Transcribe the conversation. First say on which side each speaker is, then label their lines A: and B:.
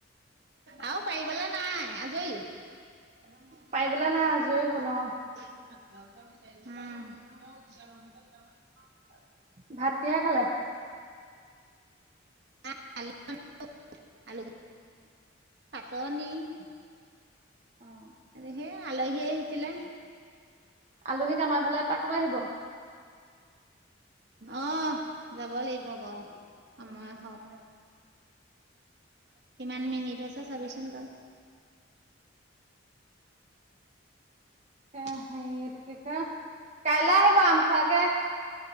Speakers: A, on the right; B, on the right.
A: আৰু পাৰিবলৈ নাই আজৰি <unintelligible>
B: পাৰিবলে নাই
A: <unintelligible>
B: আজৰি হ'ল অ'।
A: উম <unintelligible> <unintelligible>
B: ভাত কিহে খালে?
A: <unintelligible> আলু চাটনি। <inaudible>
B: অ'
A: হে আলহী আহিছিলে
B: আলহীক আমাৰ ঘলৈ এপাক লৈ আহিব
A: অহ, যাব লাগিব বাৰু সময় হওক। কিমান মিনিট <unintelligible> চাবিচোন তই। <inaudible>
B: হৰি এইটো কি কয়। কাইলে আহিব আম খোৱা